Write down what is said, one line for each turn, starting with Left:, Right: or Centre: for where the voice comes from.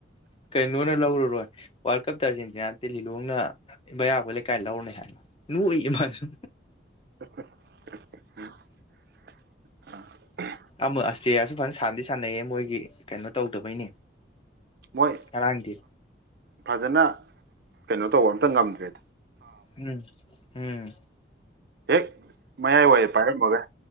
Left: ꯀꯥꯏ ꯅꯅꯦ ꯂꯥꯛꯂ ꯔꯣ ꯋꯥꯔꯜ ꯀꯞꯇ ꯑꯥꯔꯖꯦꯟꯇꯤꯅꯥ ꯇꯤ ꯂꯤꯂꯣꯡꯅ ꯃꯌꯥꯕ ꯂꯩꯀꯥꯏ ꯂꯧꯔꯅꯤ ꯍꯥꯏꯅ ꯂꯣꯛꯏꯃꯁꯨ
Right: ꯎ <inaudible>
Left: ꯑꯃ ꯑꯁꯇꯌꯥꯁꯨ ꯐꯖꯅ ꯁꯥꯟꯅꯗꯤ ꯁꯥꯟꯅꯩꯌꯦ ꯃꯣꯏꯒꯤ ꯀꯩꯅꯣ ꯇꯧꯗꯕꯩꯅꯦ
Right: ꯃꯣꯏ
Left: ꯉꯔꯥꯡꯗꯤ
Right: ꯐꯖꯅ ꯀꯩꯅꯣ ꯇꯧꯕ ꯪ ꯇꯥꯉꯝꯗꯔꯦ
Left: ꯎꯝ ꯍꯝ
Right: ꯍꯦꯛ ꯃꯌꯥꯏ ꯋꯥꯏꯌꯦ ꯄꯥꯏꯔꯝꯃꯒꯦ